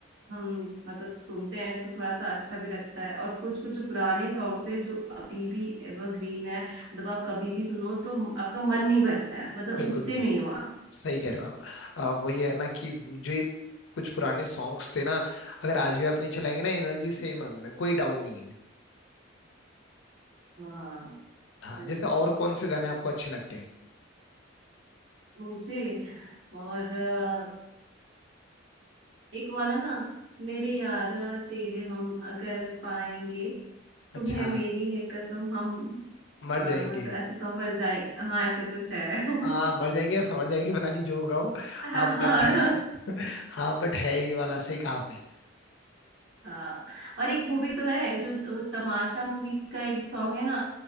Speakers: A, on the right; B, on the left.
A: हम मतलब सुनते हैं तो थोड़ा सा अच्छा भी लगता है और कुछ कुछ जो पुराने सॉन्ग्स हैं जो अभी भी एवरग्रीन है मतलब आप कभी भी सुनो तो आपका मन नहीं भरता है मतलब
B: बिल्कुल
A: उबते
B: बिल्कुल
A: नहीं हो आप
B: सही कह रहे हो आप अ, वो ये है ना कि जो ये कुछ पुराने सॉन्ग्स थे ना अगर आज भी आप नहीं चलाएंगे ना एनर्जी सेम है उनमें कोई डाउन नहीं है
A: हाँ
B: हाँ
A: वही।
B: जैसे और कौन से गाने आपको अच्छे लगते हैं
A: मुझे और अ, एक वाला ना मेरे यार तेरे हम अगर पाएंगे
B: अच्छा
A: तुम्हें मेरी है कसम हम
B: मर
A: अ,
B: जाएंगे
A: मतलब ऐसे संवर जाए हाँ ऐसा कुछ है <laughs>
B: हाँ मर जाएंगे या समझ जाएंगे पता नहीं जो होगा वो
A: हाँ
B: हाँ बट है हाँ बट है ये वाला सही कहा आपने
A: हाँ और एक मूवी तो है जो तो तमाशा मूवी का एक सॉन्ग है ना